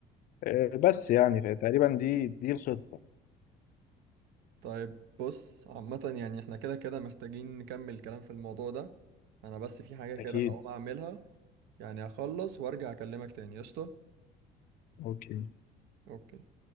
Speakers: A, on the left; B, on the right.
A: آه، بس يعني تقريبا دي دي الخطة
B: طيب بص عامة يعني احنا كده كده محتاجين نكمل كلام في الموضوع ده انا بس في حاجة كده
A: أكيد
B: هقوم اعملها يعني هخلص وارجع اكلمك تاني قشطة
A: أوكي
B: اوكي